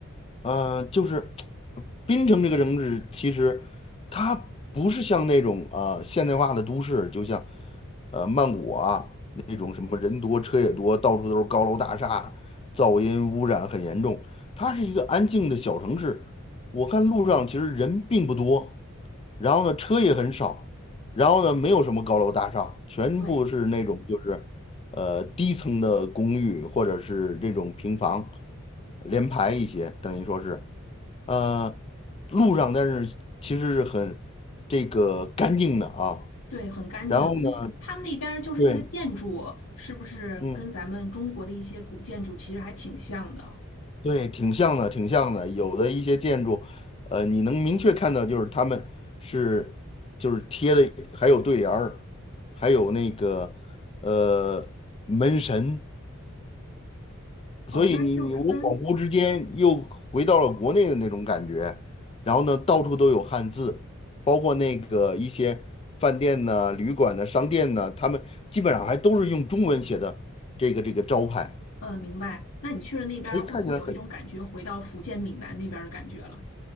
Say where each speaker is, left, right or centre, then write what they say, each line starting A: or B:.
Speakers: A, on the left; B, on the left.
A: 呃，就是槟城这个城市，其实它不是像那种啊呃现代化的都市，就像呃曼谷啊那种什么人多车也多，到处都是高楼大厦，噪音污染很严重。它是一个安静的小城市，我看路上其实人并不多，然后呢车也很少，然后呢没有什么高楼大厦，全部是那种就是。
B: 对
A: 呃低层的公寓或者是这种平房，连排一些，等于说是，呃，路上但是其实是很这个干净的啊。
B: 对，很干净。
A: 然后呢，
B: 哎，他们那边儿就是那个建筑，
A: 对，
B: 是不是跟咱们中国的一些古建筑其实还挺像的？
A: 嗯，对，挺像的，挺像的。有的一些建筑，呃，你能明确看到就是他们是就是贴的，还有对联儿，还有那个呃门神。所以你你我恍惚之间又回到了国内的那种感觉，
B: 哦，那就是跟，
A: 然后呢，到处都有汉字，包括那个一些饭店呢、旅馆呢、商店呢，他们基本上还都是用中文写的这个这个招牌，
B: 呃，明白。那你去了那边儿，
A: 所以看起来很，
B: 会不会有一种感觉回到福建闽南那边儿的感觉了？